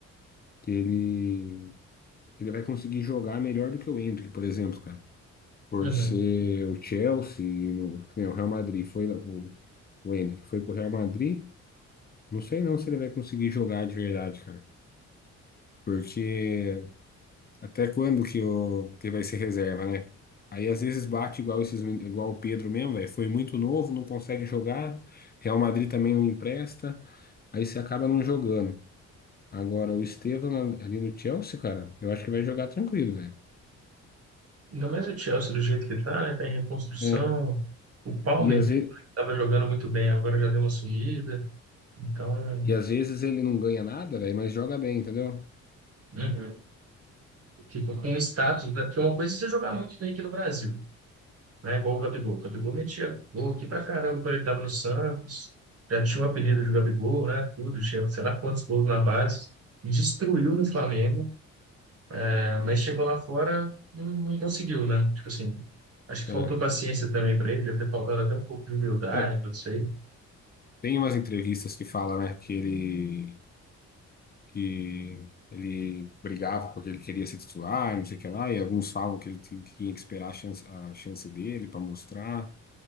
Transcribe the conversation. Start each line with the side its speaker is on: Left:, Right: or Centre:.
Left: que ele, que ele vai conseguir jogar melhor do que o Endrick, por exemplo, cara. por
Right: Uhum.
Left: ser o Chelsea, no, que nem o Real Madrid, foi lá- o, o Ender, que foi pro Real Madrid, não sei não se ele vai conseguir jogar de verdade, cara. Porque até quando que, o, que vai ser reserva, né? Aí às vezes bate igual esses, men- igual o Pedro mesmo, velho. Foi muito novo, não consegue jogar. Real Madrid também não empresta. Aí você acaba não jogando. Agora, o Estevão ali no Chelsea, cara, eu acho que vai jogar tranquilo, velho.
Right: Ainda mais o Chelsea do jeito que tá, né? Tá em reconstrução.
Left: É.
Right: O Palmer
Left: E às vezes,
Right: estava jogando muito bem, agora já deu uma subida. Então,
Left: e às vezes ele não ganha nada, velho, mas joga bem, entendeu?
Right: uhum. ficou com o status, né? Porque uma coisa é você jogar muito bem aqui no Brasil, né? Igual o Gabigol. O Gabigol metia gol aqui pra caramba quando ele tava no Santos. Já tinha o apelido de Gabigol, né? Tudo, tinha sei lá quantos gols na base. E destruiu no Flamengo, né? Mas chegou lá fora, não, não conseguiu, né? Tipo assim, acho que
Left: É.
Right: faltou paciência também para ele, deve ter faltado até um pouco de humildade,
Left: É,
Right: não sei.
Left: tem umas entrevistas que fala, né, que ele, que ele brigava porque ele queria ser titular, não sei o que lá, e alguns falam que ele tinha que tinha que esperar a chance, a chance dele para mostrar,